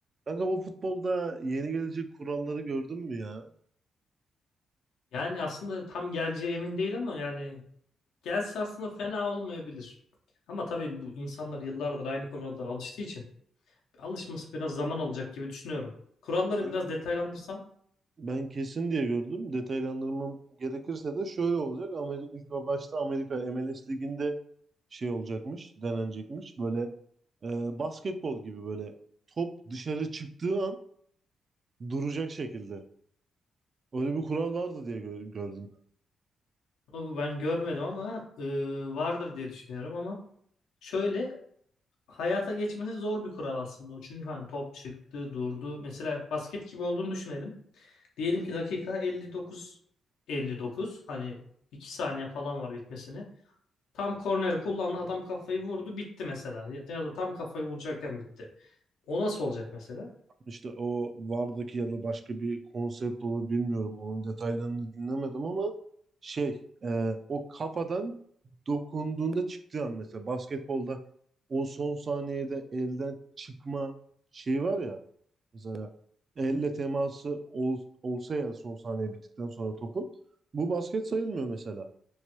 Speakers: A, on the right (about 40°); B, on the left (about 85°).
A: Kanka bu futbolda yeni gelecek kuralları gördün mü ya?
B: Yani aslında tam geleceği emin değil ama yani gelse aslında fena olmayabilir. Ama tabii bu insanlar yıllardır aynı kurallara alıştığı için alışması biraz zaman alacak gibi düşünüyorum. Kuralları
A: Ben,
B: biraz detaylandırsan
A: ben kesin diye gördüm. Detaylandırmam gerekirse de şöyle olacak. Amerika, ilk ve başta Amerika MLS Ligi'nde şey olacakmış, denenecekmiş. Böyle e, basketbol gibi böyle top dışarı çıktığı an duracak şekilde. Öyle bir kural vardı diye gö- gördüm
B: o ben görmedim ama e, vardır diye düşünüyorum ama şöyle hayata geçmesi zor bir kural aslında o. Çünkü hani top çıktı, durdu. Mesela basket gibi olduğunu düşünelim. Diyelim ki dakika 59 59 hani 2 saniye falan var bitmesine. Tam korneri kullandı adam kafayı vurdu bitti mesela. Ya ya da tam kafayı vuracakken bitti. O nasıl olacak mesela?
A: İşte o Var'daki ya da başka bir konsept olur bilmiyorum. Onun detaylarını dinlemedim ama şey e, o kafadan dokunduğunda çıktığı an mesela basketbolda o son saniyede elden çıkma şeyi var ya mesela elle teması ol, olsa ya son saniye bittikten sonra topun bu basket sayılmıyor mesela.